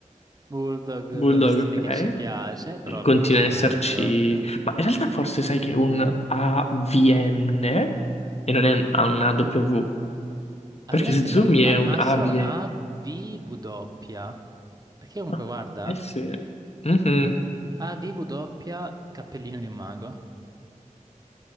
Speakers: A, on the right (about 30°); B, on the left (about 55°).
A: Bulldog
B: <laughs> Bulldog,
A: con lo stile
B: ok.
A: che ci piace, però appunto
B: Continua
A: è un
B: ad
A: Bulldog.
B: esserci, ma in realtà forse sai che è un AVN e non è un- ha una W, perché
A: A me
B: se
A: sembra
B: zoomi è
A: al
B: un
A: massimo
B: AVN.
A: una VW. Perché comunque
B: Ah,
A: guarda.
B: eh sì, Mhm.
A: Ah, DV doppia, cappellino di un mago.